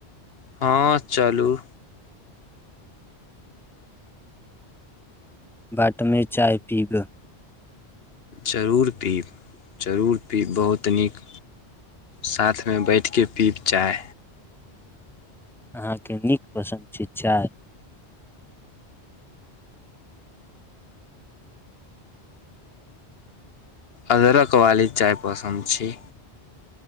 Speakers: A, on the left; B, in the centre.
A: हँ चलू।
B: बट मे चाय पीबऽ।
A: जरूर पीब जरूर पीब बहुत नीक। साथमे बैठि कऽ पीब चाह।
B: अहाँके नीक पसन्द छै। चाय।
A: अदरक वाली चााय पसन्द छी।